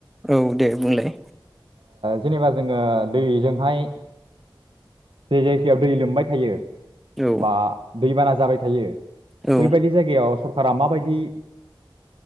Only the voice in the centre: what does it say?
औ दे बुंलाय
औ
औ